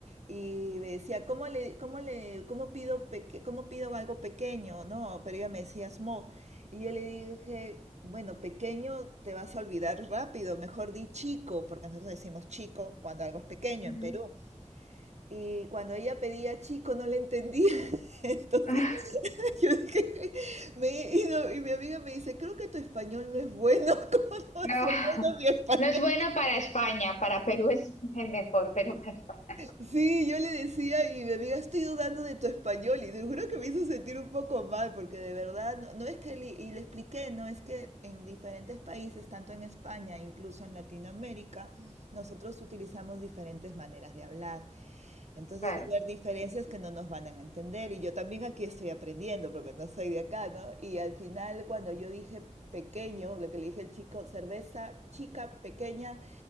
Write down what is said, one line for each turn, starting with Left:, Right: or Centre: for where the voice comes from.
Right: y me decía, ¿cómo le, cómo le, cómo pido, peque- cómo pido algo pequeño? ¿No? Pero ella me decía smo. Y yo le dije, bueno, pequeño te vas a olvidar rápido, mejor di chico, porque nosotros decimos chico cuando algo es pequeño
Left: Ujú.
Right: en Perú. Y cuando ella pedía chico no le entendía, <laughs> entonces
Left: <laughs>
Right: <laughs> Yo dije, me- y, no- y mi amiga me dice, creo que tu español no es bueno, <laughs> ¿cómo no va
Left: No,
Right: a ser bueno mi español?
Left: no es bueno para España, para Perú es el mejor, pero para España, no,
Right: Sí, yo le decía y mi amiga, estoy dudando de tu español y te juro que me hizo sentir un poco mal porque de verdad, no, no es que, le- y le expliqué, no es que en diferentes países, tanto en España, incluso en Latinoamérica, nosotros utilizamos diferentes maneras de hablar. Entonces
Left: claro.
Right: va a haber diferencias que no nos van a entender y yo también aquí estoy aprendiendo porque no soy de acá, ¿no? Y al final cuando yo dije pequeño, lo que le dije al chico, cerveza chica, pequeña,